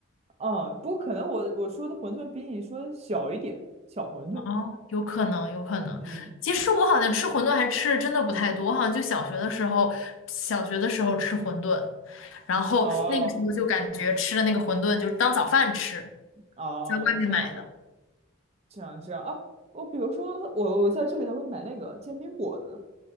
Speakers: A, on the right; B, on the left.
A: 嗯，不过可能我我说的馄饨比你说的小一点，小馄饨。
B: 哦，有可能，有可能。
A: 嗯嗯，
B: 其实我好像吃馄饨还吃的真的不太多，我好像就小学的时候，小学的时候吃馄饨，然后那个时候就感觉吃的那个馄饨就是当早饭吃，
A: 哦哦，
B: 在外面买的。
A: 这样子。这样这样啊，我比如说我我在这里还会买那个煎饼果子，